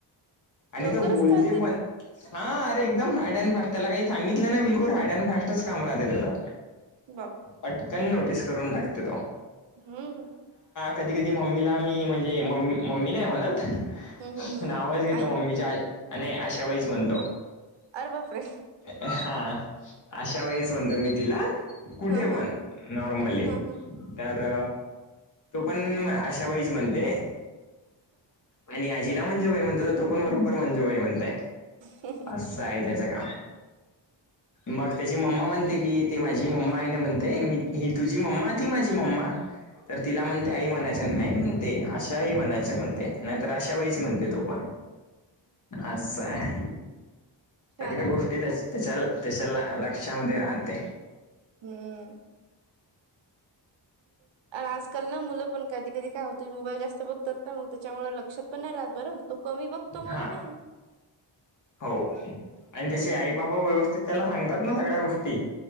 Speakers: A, on the left; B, on the right.
A: आणि
B: लवकरच
A: तो बोलते.
B: कळते
A: हा अरे एकदम हार्ड अँड फास्ट त्याला काही सांगितलं ना. बिलकुल हार्ड अँड फास्टच काम राहत. आता.
B: ह.
A: पटकन नोटीस करून टाकते.
B: हम्म
A: कधी कधी मम्मीला मी मम्मी च
B: हम्म हम्म हम्म
A: नावच घेत.
B: आई
A: मी अशावेळीच म्हणतो.
B: अरे बापरे
A: हा. अशा वेळीस म्हणतो. मी तिला कुठे
B: हा
A: पण
B: हा
A: नॉर्मली.
B: हा हा
A: तर. तो. पण अशा वेळच म्हणते. आणि आजीला म्. हणजे बाई म्हणतो. तो बरोबर मंजूई म्हणतय.
B: हा
A: असं. आहे त्. याच काम मग त्याची मम्मा म्हणते. की ते माझी मम्मा आहे. ना म्हणते. मी ही तुझी मम्मा ती माझी मम्मा <unintelligible> आई म्हणायच नाही म्हणते. अशाही म्हणायच म्हणते नाही तर अशा बाईच म्हणते. तो पण असं आहे.
B: छान
A: तगडया
B: आहे
A: गोष्टी
B: मग
A: त्या
B: तर
A: त्याच्या लक्षामध्ये राहते.
B: हम्म आजकाल ना. मुलं पण मोबाईल जास्त बघतात. ना मग त्याच्यामुळे लक्षात. प रा बरं तो कमी बकतो म्हणून
A: हा
B: आहे
A: हो आणि
B: हम्म
A: त्याचे आई बाबा व्यवस्थित त्याला सांगतात ना सगळ्या गोष्टी